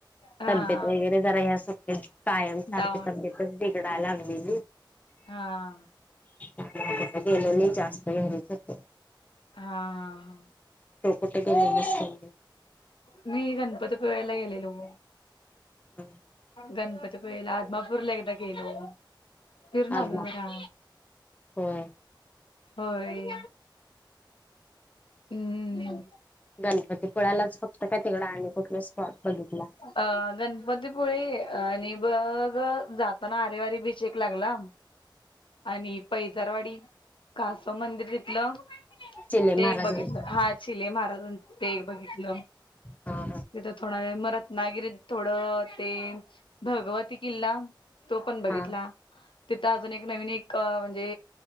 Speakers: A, on the left; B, on the left.
A: हा.
B: तब्येत वगैरे जरा ह स कायम सारखी
A: डाऊन
B: तब्येतच बिघडायला लागलेली
A: हा..
B: कुठं गेलो नाही जास्त घरीच होतो.
A: हा हा हा..
B: तु कुठं गेलेलीस तेवढं.
A: मी गणपतीपुळेयाला गेलेलो बघ
B: नाही
A: गणपतीपुळे ला आदमापूरला एकदा गेलो. फिरून
B: आदमापूर
A: आलो जरा
B: होय
A: होय हम्म
B: गण ग ते पुळयालाच फक्त काय तिकड आणि कुठले स्पॉट बघितला.
A: अ गणपतीपुळे आणि बघ जाताना आरे वारे बीच एक लागला आणि पैजारवाडी. कासव मंदिर तिथलं
B: चिले
A: ते
B: महाराजांचं
A: एक बघितलं हा चिले महाराजांच ते एक बघितलं
B: हा
A: तिथं थोडा वेळ मरत नागिरीत थोडं तेन. भगवती किल्ला तो पण बघितला
B: हा
A: तिथं अजून एक नवीन एक म्हणजे